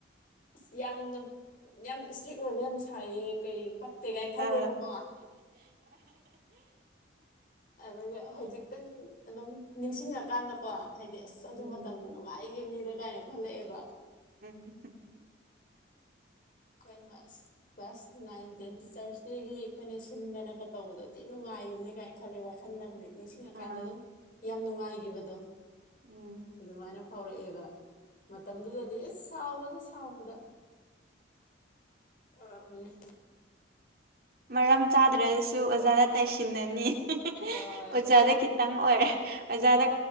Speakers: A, on the left; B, on the right.
A: ꯑꯁ ꯌꯥꯝꯅ ꯌꯥꯝ ꯏꯁꯇ꯭ꯔꯤꯛ ꯑꯣꯏꯕ ꯌꯥꯝ ꯁꯥꯏꯌꯦ ꯀꯩ ꯄꯛ ꯇꯦ ꯒꯥꯏ ꯈꯜꯂꯦꯕ
B: ꯑ
A: ꯀꯣ ꯑꯗꯨꯒ ꯍꯧꯖꯤꯛꯛꯇꯪ ꯑꯗꯨꯝ ꯅꯤꯡꯁꯤꯡꯉꯀꯥꯟꯗꯀꯣ ꯍꯥꯏꯗꯤ ꯑꯁ ꯑꯗꯨ
B: ꯎꯝ
A: ꯃꯇꯝꯗ ꯅꯨꯡꯉꯥꯏꯈꯤꯕꯅꯤ ꯀꯥꯏꯅ ꯈꯜꯂꯛꯑꯦꯕ
B: <unintelligible>
A: ꯈꯣꯏꯅ ꯑꯁ ꯀ꯭ꯂꯥꯁ ꯅꯥꯏꯟ ꯇꯦꯟ ꯇꯤꯆꯔꯁ ꯗꯦꯒꯤ ꯑꯩꯈꯣꯏꯅ ꯁꯤꯟꯗꯅ ꯀ ꯇꯧꯕꯗꯣ ꯊꯤꯅ ꯅꯨꯡꯉꯥꯏꯈꯤꯕꯅꯦ ꯀꯥꯏꯅ ꯋꯥꯜꯂꯦ ꯋꯥꯈꯜꯗ ꯍꯧꯖꯤꯛ ꯅꯤꯡꯁꯤꯡꯉꯀꯥꯟꯗ
B: ꯑꯥ
A: ꯑꯗꯨꯝ ꯌꯥꯝ ꯅꯨꯡꯉꯥꯏꯈꯤꯕꯗꯣ
B: ꯎꯝ
A: ꯑꯗꯨꯃꯥꯏꯅ ꯐꯥꯎꯔꯛꯑꯦꯕ ꯃꯇꯝꯗꯨꯗꯗꯤ ꯑꯤꯁ ꯁꯥꯎꯕꯗ ꯁꯥꯎꯕꯗ ꯇꯧꯔꯝꯃꯤꯅꯤ
B: ꯃꯔꯝ ꯆꯥꯗ꯭ꯔꯁꯨ ꯑꯣꯖꯥꯗ ꯇꯩꯏꯁꯤꯟꯅꯅꯤ ꯍꯤ ꯍꯤ
A: ꯍꯣꯏ
B: ꯑꯣꯖꯥꯗ ꯈꯤꯇꯪ ꯑꯣꯏꯔꯦ ꯑꯣꯖꯥꯗ